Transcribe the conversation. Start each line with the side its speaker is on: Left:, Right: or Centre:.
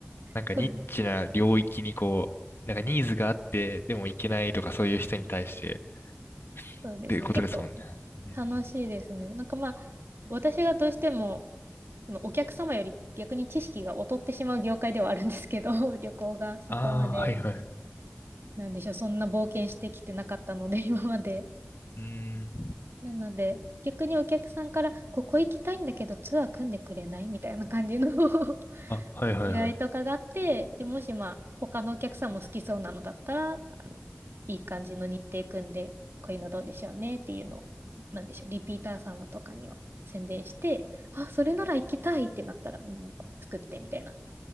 Left: なんかニッチな領域にこう、
Right: そう、<laughs>
Left: なんかニーズがあって、でも行けないとかそういう人に対して、
Right: そうですね。
Left: っていうことですもんね。
Right: 結構
Left: うん
Right: 楽しいですね。なんかまあ、私がどうしても、そのお客様より逆に知識が劣ってしまう業界ではあるんですけど、<laughs> 旅行がそこまで、
Left: ああ、はいはい。
Right: なんでしょう、そんな冒険してきてなかったので、今まで。
Left: うん。
Right: なので、逆にお客さんから、ここ行きたいんだけど、ツアー組んでくれないみたいな感じの <laughs>
Left: あ、はいはいはい。
Right: 依頼とかがあって、で、もしまあ、他のお客さんも好きそうなのだったら、あの、いい感じの日程組んで、こういうのどうでしょうねっていうのを、なんでしょう、リピーター様とかには宣伝して、あ、それなら行きたいってなったら、もう作ってみたいな。